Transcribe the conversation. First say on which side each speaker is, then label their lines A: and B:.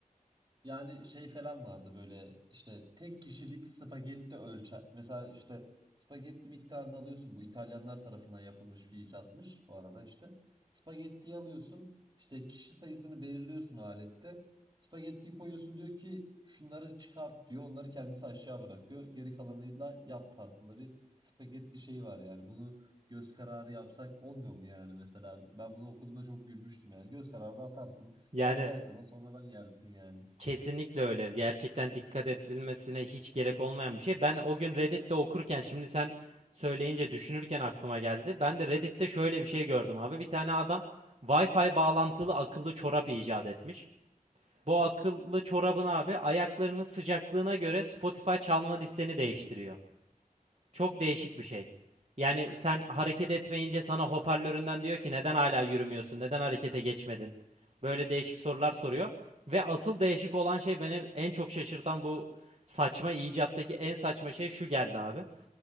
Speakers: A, on the right; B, on the right.
A: Yani şey falan vardı böyle işte tek kişilik spagetti ölçer. Mesela işte spagetti miktarını alıyorsun. Bu İtalyanlar tarafından yapılmış bir icatmış bu arada işte. Spagettiyi alıyorsun. işte kişi sayısını belirliyorsun alette. Spagettiyi koyuyorsun diyor ki şunları çıkart diyor. Onları kendisi aşağı bırakıyor. Geri kalanıyla yap tarzında bir spagetti şeyi var yani. Bunu göz kararı yapsak olmuyor mu yani mesela? Ben bunu okuduğumda çok gülmüştüm yani. Göz kararı atarsın.
B: Yani
A: Fazlaysa da sonradan yersin yani.
B: Kesinlikle öyle. Gerçekten dikkat edilmesine hiç gerek olmayan bir şey. Ben o gün Reddit'te okurken şimdi sen söyleyince düşünürken aklıma geldi. Ben de Reddit'te şöyle bir şey gördüm abi. Bir tane adam Wi-Fi bağlantılı akıllı çorap icat etmiş. Bu akıllı çorabın abi ayaklarının sıcaklığına göre Spotify çalma listeni değiştiriyor. Çok değişik bir şey. Yani sen hareket etmeyince sana hoparlöründen diyor ki neden hala yürümüyorsun? Neden harekete geçmedin? Böyle değişik sorular soruyor. Ve asıl değişik olan şey beni en çok şaşırtan bu saçma icattaki en saçma şey şu geldi abi.